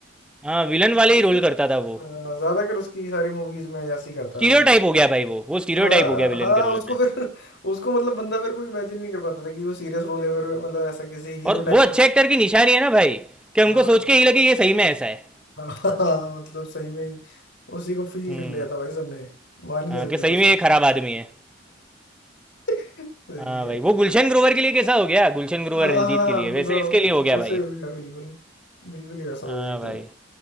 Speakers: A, in the centre; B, on the left (about 60°).
A: हाँ विलन वाले ही
B: उसके
A: रोल
B: अ,
A: करता था वो
B: ज्यादातर उसकी सारी मूवीज में ऐसे ही करता
A: स्टीरियोटाइप
B: है वो
A: हो गया भाई वो वो स्टीरियोटाइप
B: हाँ
A: हो गया विलन
B: हाँ
A: के रोल
B: उसको
A: में
B: फिर <laughs> उसको मतलब बंदा फिर कोई इमेजिन नहीं कर पाता था कि वो सीरियस रोल है फिर मतलब ऐसा किसी हीरो
A: और
B: टाइप
A: वो अच्छे
B: का
A: एक्टर की निशानी है ना भाई कि हमको
B: हाँ
A: सोच के ही लगे ये सही में ऐसा है
B: हाँ <laughs> हाँ, मतलब सही में ही उसी को फील
A: हम्म
B: कर लिया था भाई सबने मान ही नहीं
A: हाँ,
B: सकते
A: कि सही
B: थे उसको
A: में ये
B: अच्छा
A: खराब आदमी है
B: <laughs> सही
A: हाँ
B: है
A: भाई वो गुलशन ग्रोवर के लिए कैसा हो गया गुलशन ग्रोवर
B: हाँ
A: रंजीत
B: हाँ
A: के लिए
B: बताओ
A: वैसे इसके लिए हो गया
B: वैसे
A: भाई
B: ही हो गया बिल्कुल बिल्कुल ही वैसा
A: हाँ
B: हो गया एकदम
A: भाई